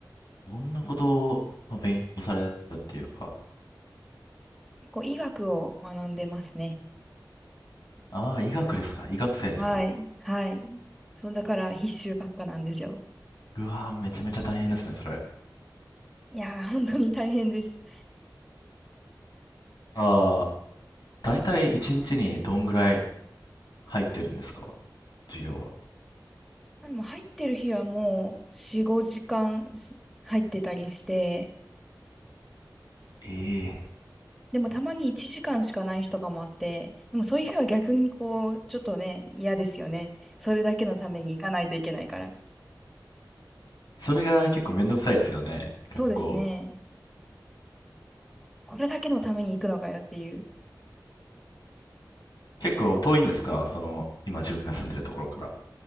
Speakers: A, on the left; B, in the centre.
A: どんなことを、まあ、勉強されるっていうか。
B: 結構医学を学んでますね。
A: ああ、医学ですか医学生ですか
B: はい。はい。そう、だから必修ばっかなんですよ。
A: うわーめちゃめちゃ大変ですね、それ。
B: いやー、本当に大変です。
A: あ大体1日にちにどんぐらい入ってるんですか授業は。
B: でも入ってる日はもう4、5時間し入ってたりして、
A: ええ
B: でもたまに1時間しかない日とかもあって、でもそういう日は逆にこう、ちょっとね、嫌ですよね。それだけのために行かないといけないから。
A: それが結構めんどくさいですよね。学校。
B: そうですね。これだけのために行くのかよっていう。
A: 結構遠いんですかその、今自分が住んでるところから。